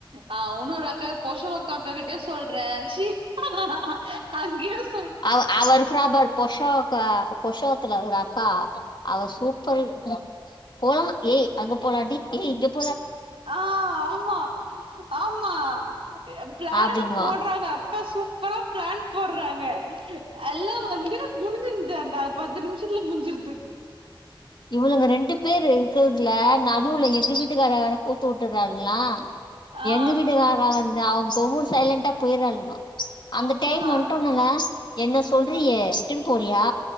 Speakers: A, on the right; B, on the left.
A: ஆ ஒன்னொரு அக்கா பொர்ஷவாக்கக்காகிட்டயு சொல்றே ச்சீ ஆ ஆ அங்கயூஸ்
B: அவ அவ இருக்கற பார் பொஷாக்கா பொஷவ் இருக்காளேக்கா அவ சூப்பர் இரு போலாம் ஏய் அங்க போலாண்டி ஹீ இகும்
A: ஆ ஆமா ஆமா பிளான
B: அப்டின்னுவா
A: போட்றாங்க அக்கா சூப் பர் அப்புறம் பிளான் போடறாங்க எல்லாம் வந்து முடிஞ்சிரது அந்த பத்து நிமிஷத்துல முடிஞ்சிரது
B: இவ்ளுங்க ரெண்டு பேர் இருக்கர்துல நடுவுல எங்க வீட்டுக்கார வேற கோத்து விட்டுராங்களா
A: ஆ
B: எங்க வீட்டுகார வந்து அவுங் இப்பவு. சைலண்டா போயிராங்களங்க அந்த டைம்
A: ஆ
B: வன்ட்டோனல்லாஸ் என்ன சொல்றியே இட்டுன் போறியா